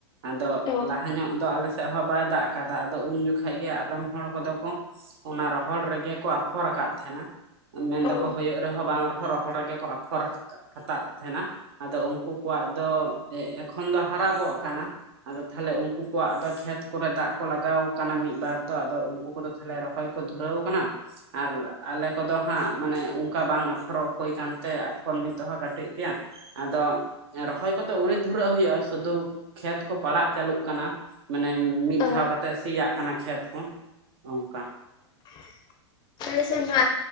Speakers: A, on the right; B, on the left.
A: ᱟᱫᱚ
B: ᱚ
A: ᱞᱟᱦᱟ ᱧᱚᱜ ᱫᱚ ᱟᱞᱮ ᱥᱮᱜ ᱦᱚᱸ ᱵᱟᱭ ᱫᱟᱜ ᱠᱟᱫᱟ ᱟᱫᱚ ᱩᱱ ᱡᱚᱠᱷᱟᱡ ᱜᱮ ᱟᱫᱚᱢ᱾ ᱦᱚᱲ ᱠᱚᱫᱚ ᱠᱚ ᱚᱱᱟ ᱨᱚᱦᱚᱲ ᱨᱮᱜᱮ ᱠᱚ ᱟᱠᱷᱚᱨ ᱠᱟᱫ ᱛᱟᱦᱮᱸᱱᱟ᱾ ᱢᱮᱱ ᱫᱟᱠᱚ
B: ᱚ
A: ᱦᱳᱜ ᱨᱮᱦᱚᱸ ᱵᱟᱝ ᱨᱮᱦᱚᱸ ᱨᱚᱦᱚᱲ ᱨᱮᱜᱮ ᱠᱚ ᱟᱯᱷᱚᱨ ᱦᱟᱛᱟᱜ ᱛᱟᱦᱮᱸᱱᱟ᱾ ᱟᱫᱚ ᱩᱱᱠᱩ ᱠᱚᱣᱟᱜ ᱫᱚ ᱮᱠᱷᱚᱱ ᱫᱚ ᱦᱟᱨᱟ ᱜᱚᱜ ᱠᱟᱱᱟ᱾ ᱟᱫᱚ ᱛᱟᱦᱚᱞᱮ ᱩᱱᱠᱩ ᱠᱚᱣᱟᱜ ᱫᱚ ᱠᱷᱮᱛ ᱠᱚᱨᱮ ᱫᱟᱜ ᱠᱚ ᱞᱟᱜᱟᱣ ᱠᱟᱱᱟ ᱢᱤᱫᱵᱟᱨ᱾ ᱛᱚ ᱟᱫᱚ ᱩᱱᱠᱩ ᱠᱚᱫᱚ ᱛᱟᱦᱚᱞᱮ ᱨᱚᱦᱚᱭ ᱠᱚ ᱫᱷᱩᱨᱟᱹᱣ ᱠᱟᱱᱟ᱾ ᱟᱨ ᱟᱞᱮ ᱠᱚᱫᱚ ᱦᱟᱸᱜ ᱢᱟᱱᱮ ᱚᱱᱠᱟ ᱵᱟᱝ ᱟᱯᱷᱚᱨᱚᱜ ᱦᱳᱭ ᱠᱟᱱᱛᱮ ᱟᱯᱷᱚᱨ ᱱᱤᱛᱦᱚᱸ ᱠᱟᱹᱴᱤᱡ ᱜᱮᱭᱟ᱾ ᱟᱫᱚ ᱨᱚᱦᱚᱭ ᱠᱚᱫᱚ ᱟᱣᱨᱤ ᱫᱷᱩᱨᱟᱹᱜ ᱦᱩᱭᱩᱜᱼᱟ᱾ ᱥᱩᱫᱩ ᱠᱷᱮᱛ ᱠᱚ ᱯᱟᱲᱟᱜ ᱪᱟᱹᱞᱩᱜ ᱠᱟᱱᱟ ᱢᱟᱱᱮ ᱢᱤᱫ
B: ᱚ
A: ᱫᱷᱟᱣ ᱠᱟᱛᱮᱜ ᱥᱤᱭᱟᱜ ᱠᱟᱱᱟ ᱠᱷᱮᱛ ᱠᱚ ᱚᱱᱠᱟ
B: <inaudible> ᱟᱞᱮ ᱥᱮᱫ ᱢᱟ